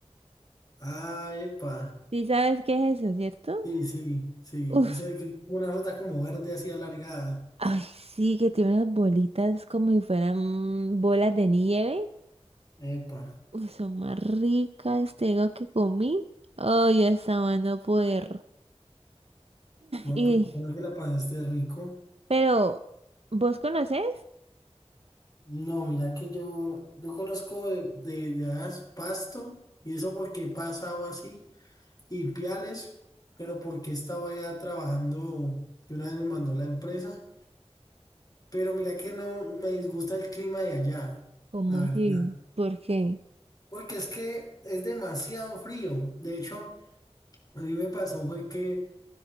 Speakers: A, on the left; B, on the right.
A: Ah, epa.
B: ¿Sí sabes qué es eso, cierto?
A: Sí, sí, sí.
B: Uf,
A: Es el que una fruta como verde así alargada.
B: ay, sí, que tiene unas bolitas como si fueran bolas de nieve.
A: Epa.
B: Uy, son más ricas, te digo que comí. Oh, yo estaba no poder.
A: No,
B: Y,
A: pues creo que la pasaste rico.
B: pero, ¿vos conocés?
A: No, mira que yo, yo conozco de, de, de hadas Pasto, y eso porque he pasado así, y Piales, pero porque estaba allá trabajando, que una vez me mandó la empresa, pero mira que no me disgusta el clima de allá,
B: ¿Cómo
A: la
B: así?
A: verdad,
B: ¿Por qué?
A: porque es que es demasiado frío, de hecho, a mí me pasó fue que